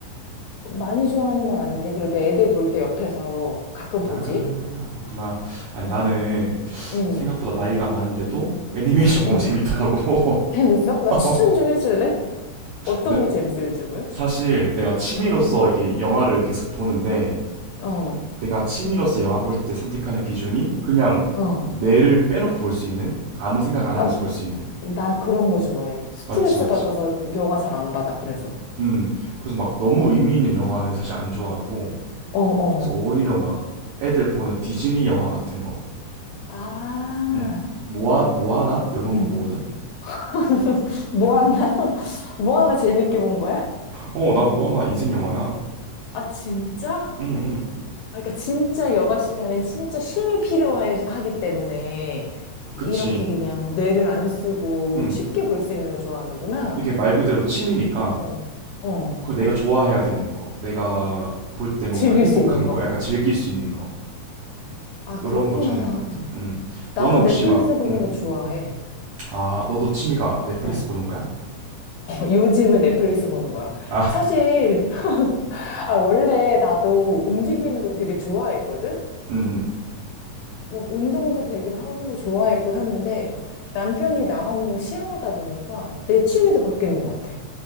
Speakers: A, on the left (about 80°); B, on the right (about 80°).
A: 많이 좋아하는 건 아닌데, 그래도 애들 볼 때 옆에서 가끔
B: 아,
A: 보지?
B: 그렇구나. 아니,
A: 어.
B: 나는
A: 응,
B: 생각보다 나이가 많은데도 애니메이션 보면
A: 응,
B: 재밌더라고.
A: 재밌어? 나
B: <laughs>
A: 추천 좀 해줄래? 어떤
B: 네,
A: 게 재밌어, 요즘은?
B: 사실 내가 취미로서
A: 어.
B: 이게 영화를 계속 보는데
A: 어,
B: 내가 취미로서 영화 볼 때 선택하는 기준이 그냥
A: 어,
B: 뇌를 빼놓고 볼 수 있는 아무 생각 안
A: 아,
B: 하면서 볼 수 있는
A: 나 그런 거 좋아해. 스트레스
B: 맞지 맞지
A: 받아서 영화 잘 안 받아, 그래서.
B: 음 그래서 막 너무
A: 어,
B: 의미 있는 영화는 사실 안 좋아하고
A: 어, 어.
B: 그래서 오히려 막 애들 보는 디즈니 영화 같은 거
A: 아,
B: 응. 모아 모아나 이런
A: 응.
B: 거 보거든
A: <laughs> 뭐 하나, <laughs> 뭐 하나 재밌게 본 거야?
B: 어 나 모아나 인생 영화야
A: 아, 진짜? 아,
B: 응, 응.
A: 그러니까 진짜 여가 시간엔 진짜 쉼이 필요하기 때문에
B: 그치.
A: 이렇게 그냥 뇌를 안 쓰고
B: 응.
A: 쉽게 볼 수 있는 거 좋아하는구나.
B: 이게 말 그대로 취미니까,
A: 어. 어,
B: 그 내가 좋아해야 되는 거, 내가 볼 때 뭔가
A: 즐길
B: 행복한
A: 수 있는 거.
B: 거, 약간 즐길 수 있는 거,
A: 아, 그렇구나.
B: 요런 걸 찾는 것 같아. 응.
A: 나도
B: 너는 혹시
A: 넷플릭스
B: 막,
A: 보는
B: 응.
A: 거 좋아해.
B: 아, 너도 취미가 넷플릭스
A: 어.
B: 보는 거야?
A: 요즘은 넷플릭스 보는 거야.
B: 아,
A: 사실, 아, 원래 나도 움직이는 거 되게 좋아했거든?
B: 응, 응.
A: 뭐, 운동도 되게 하는 거 좋아했고 하는데, 남편이 나가는 걸 싫어하다 보니까 내 취미도 바뀌는 것 같아.